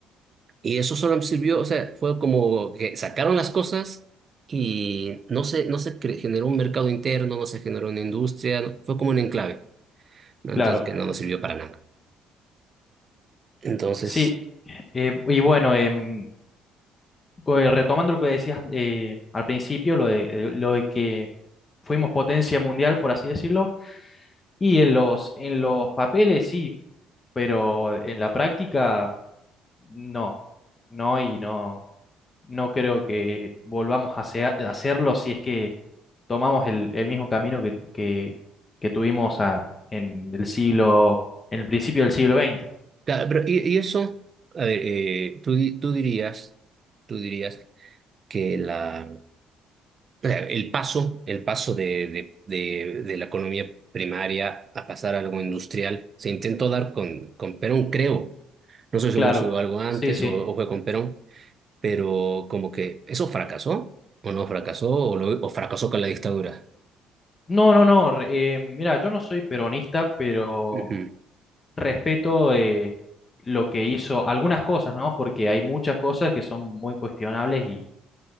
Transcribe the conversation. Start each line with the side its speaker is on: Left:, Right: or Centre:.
Right: y eso solo sirvió, o sea, fue como que sacaron las cosas y no se, no se cre- generó un mercado interno, no se generó una industria, fue como un enclave, ¿no?
Left: Claro.
Right: Entonces, que no nos sirvió para nada. Entonces,
Left: Sí. Eh, y bueno, em, Pues, retomando lo que decías eh, al principio, lo de, eh, lo de que fuimos potencia mundial, por así decirlo, y en los, en los papeles sí, pero en la práctica no, no y no, no creo que volvamos a, sea- a hacerlo si es que tomamos el, el mismo camino que, que, que tuvimos a- en el siglo, en el principio del siglo veinte
Right: claro, pero y, y eso, a ver, eh, tú, di- tú dirías, tú dirías que la, o sea, el paso, el paso de, de, de, de la economía primaria a pasar a algo industrial, se intentó dar con, con Perón, creo. No soy seguro
Left: Claro,
Right: si hubo algo antes
Left: sí, sí.
Right: o, o fue con Perón, pero como que eso fracasó, o no fracasó, o, lo- o fracasó con la dictadura.
Left: No, no, no. re- eh, mira, yo no soy peronista, pero
Right: Ujú.
Left: respeto eh, lo que hizo algunas cosas, ¿no? Porque hay muchas cosas que son muy cuestionables y,